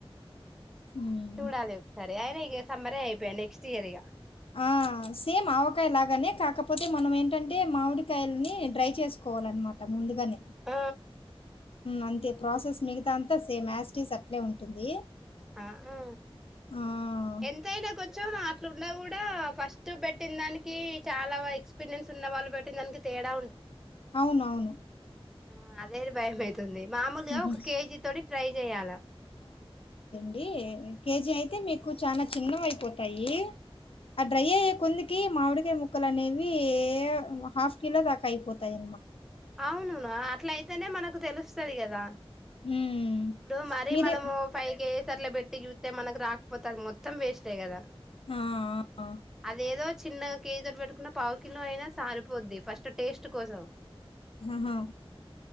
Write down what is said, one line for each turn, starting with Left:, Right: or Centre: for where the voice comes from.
Left: ఉమ్.
Centre: చూడాలే ఒకసారి అయిన ఇక సమ్మరే అయిపోయాయి నెక్స్ట్ ఇయర్ ఇక
Left: ఆహా సేమ్ ఆవకాయ లాగానే కాకపోతే మనం ఏంటంటే మామిడికాయలని డ్రై చేసుకోవాలన్నమాట ముందుగానే
Centre: ఆ
Left: అంతే ప్రాసెస్ మిగతా అంతా సేమ్ యాస్టీస్ అట్లే ఉంటుంది
Centre: ఆ ఆ
Left: ఆ
Centre: ఎంతయినా కొంచం అట్ల ఉన్న కూడా ఫస్ట్ పెట్టిన దానికి చాలా ఎక్స్పీరియన్స్ ఉన్న వాళ్ళు పెట్టిన దానికి తేడా
Left: అవునవును
Centre: ఆ అదే భయమైతుంది మామూలుగా
Left: ఉహు
Centre: ఒక కేజీ తోటి ట్రై చెయ్యాల
Left: అడి కేజీ అయితే మీకు చాలా చిన్నవయిపోతాయి. ఆ డ్రై అయ్యే కొందుకి మామిడికాయ ముక్కలు అనేవి హాఫ్ కిలో దాకా అయిపోతాయి
Centre: అవునును ఆ అట్ల అయితేనే మనకు తెలుస్తది కద
Left: ఉమ్
Centre: ఇప్పుడు మరి
Left: మీరే
Centre: మనము ఫైవ్ కెస్ తర్లో పెట్టి చూస్తే మనకు రాకపోతే అది మొత్తం వేస్టే కదా.
Left: ఆ ఆ
Centre: అదేదో చిన్నగా కేజీతో పెట్టుకున్న పావు కిలో అయినా సారిపోద్ది ఫస్ట్ టేస్ట్ కోసం.
Left: అహ